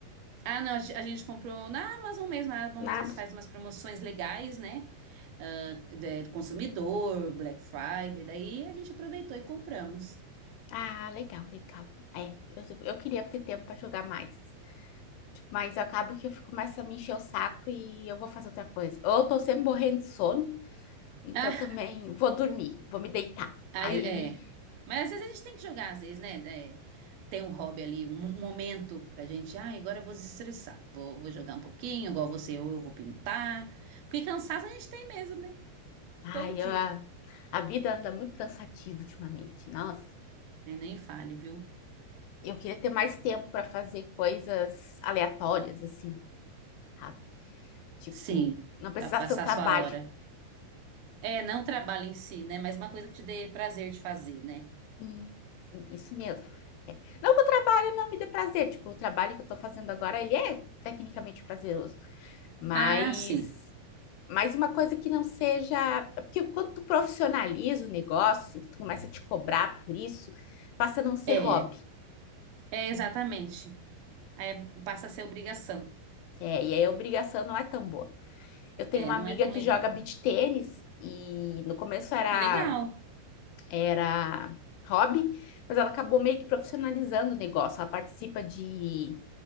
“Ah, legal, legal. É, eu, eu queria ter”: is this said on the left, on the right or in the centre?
Left